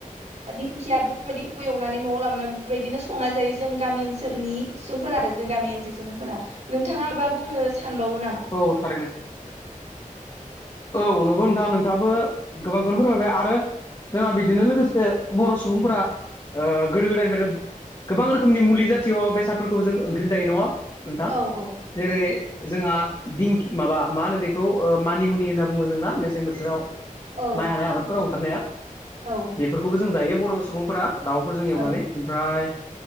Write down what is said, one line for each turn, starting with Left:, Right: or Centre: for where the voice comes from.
Right: दिंखिया बेफोरबायदिखौ एवनानै न'आव लाबोन बेफोरबायदिनो संनाय जायो जों गामि ओनसोलनि सुबुंफोर आरो जों गामि ओनसोल सुबुंफोरा। नोंथाङा माबा बुंनो सानबावो ना
Left: औ थारैनो। औ नंगौ नोंथां नोंथाङाबो गोबांखौनो फोरमायबाय आरो जोंहा बिदिनो लोगोसे बर' सुबुंफोरा गोदो ओ गोदायनिफ्रायनो गोबां रोखोमनि मुलि जातिय' बेसादफोरखौबो जों ओंख्रि जायो नङा नोंथां
Right: औ औ
Left: जेरै जोंहा दिं माबा मा होनो बेखौ ओ मानिमुनि बो जोंना मेसें बोथोराव
Right: औ
Left: माइ हानाय आबादफोराव ओंखारनाया
Right: औ
Left: बे खौबो जों जायो बर' सुबुंफोरा दाउफोरजों एवनानै।
Right: औ
Left: ओमफ्राय